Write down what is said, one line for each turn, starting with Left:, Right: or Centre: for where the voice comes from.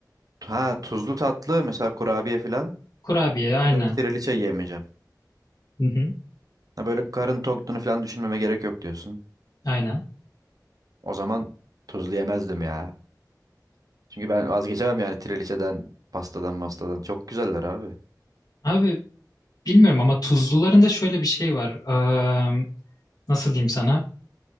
Right: ha tuzlu tatlı mesela kurabiye falan
Left: Kurabiye aynen.
Right: ya da triliçe yemeyeceğim.
Left: Hı hı,
Right: Ha böyle karın tokluğunu falan düşünmeme gerek yok diyorsun.
Left: aynen.
Right: O zaman tuzlu yemezdim ya. Çünkü ben vazgeçemem yani triliçeden, pastadan, mastadan. Çok güzeller abi.
Left: Abi bilmiyorum ama tuzluların da şöyle bir şey var. Eee, nasıl diyeyim sana?